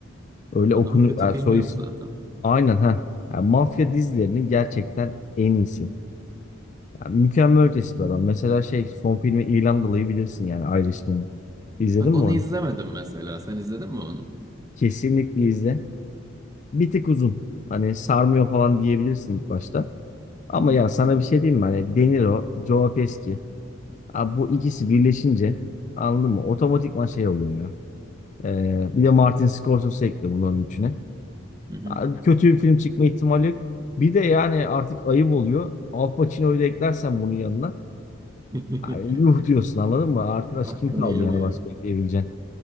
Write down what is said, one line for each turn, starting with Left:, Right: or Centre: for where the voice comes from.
Left: Öyle
Right: Adamın
Left: okunu
Right: kötü
Left: yani
Right: filmi
Left: soy
Right: yok
Left: is-
Right: zaten.
Left: aynen ha. Yani mafya dizilerinin gerçekten en iyisi. Yani mükemmel ötesi bir adam. Mesela şey son filmi İrlandalı'yı bilirsin yani Irishman'ı. İzledin
Right: Bak
Left: mi
Right: onu
Left: onu?
Right: izlemedim mesela. Sen izledin mi onu?
Left: Kesinlikle izle. Bir tık uzun. Hani sarmıyor falan diyebilirsin ilk başta. Ama
Right: Hı hı.
Left: ya sana bir şey diyeyim mi? Hani De Niro, Joe Pesci. Abi bu ikisi birleşince anladın mı? Otomatikman şey oluyor ya. Ee, bir de Martin Scorsese ekle bunların üçüne.
Right: Hı hı.
Left: Abi kötü bir film çıkma ihtimali yok. Bir de yani artık ayıp oluyor. Al Pacino'yu da eklersen bunun yanına.
Right: <laughs>
Left: Ay, yuh diyorsun anladın mı? Arkadaş
Right: Hakkını
Left: kim kaldı
Right: yemeyelim.
Left: yani başka ekleyebileceğin?